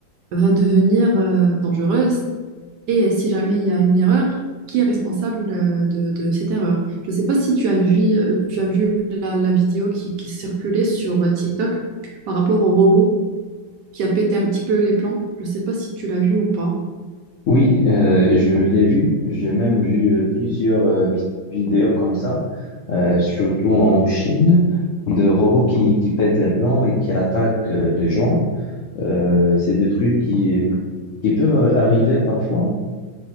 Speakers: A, on the right; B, on the left.
A: va devenir euh, dangereuse? Et si jamais il y a une erreur, qui est responsable euh, de, de cette erreur? Je ne sais pas si tu as vu, euh, tu as vu la, la vidéo qui, qui circulait sur euh, TikTok par rapport au robot qui a pété un petit peu les plans. Je ne sais pas si tu l'as vu ou pas.
B: Oui, euh, je l'ai vu. J'ai même vu euh, plusieurs euh, vi- vidéos comme ça, euh, surtout en Chine, de robots qui, qui pètent les plans et qui attaquent euh, les gens. Euh, c'est des trucs qui, qui peuvent arriver parfois.